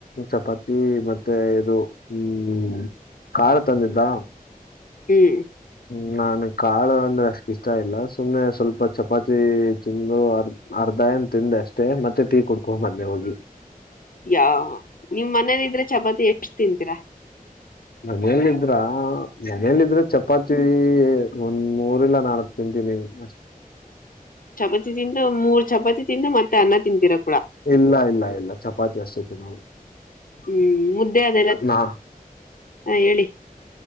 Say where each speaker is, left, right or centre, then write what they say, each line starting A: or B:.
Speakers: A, on the left; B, on the left.
A: ಚಪಾತಿ ಮತ್ತೆ ಇದು ಹ್ಮ್. ಕಾಳ್ ತಂದಿದ್ದಾ.
B: ಹ್ಮ್
A: ಹ್ಮ ನಾನ್ ಕಾಳು ಅಂದ್ರೆ ಅಷ್ಟ್ ಇಷ್ಟ ಇಲ್ಲ ಸುಮ್ನೆ ಸ್ವಲ್ಪ ಚಪಾತಿ ತಿಂದು ಅರ್ ಅರ್ಧ ಏನ್ ತಿಂದೆ ಅಷ್ಟೇ ಮತ್ತೆ ಟೀ ಕುಡ್ಕೊ ಮನ್ನೆ ಹೋಗಿ.
B: ಯ ನಿಮ್ ಮನೇಲಿ ಇದ್ರೆ ಚಪಾತಿ ಎಷ್ಟ ತಿಂತೀರಾ.
A: ಮನಲ್ಲಿದ್ರ ಅ. ಮನೇಲ್ ಇದ್ರು ಚಪಾತಿ ತೆ ಒಂದ್ ಮೂರ್ಯಿಲ್ಲ ನಾಲ್ಕ್ ತಿಂತೀನಿ ಅಷ್ಟ್.
B: ಚಪಾತಿ ತಿಂದು ಮೂರ್ ಚಪಾತಿ ತಿಂದು ಮತ್ತೆ ಅನ್ನ ತಿಂತಿರಾ
A: ಇಲ್ಲ ಇಲ್ಲ ಇಲ್ಲ ಚಪಾತಿ ಜಾಸ್ತಿ ಜನವು
B: ಹ್ಮ್ ಮುದ್ದೆ ಅದೆಲ್ಲ
A: ನಾ
B: ಹಾ ಹೇಳಿ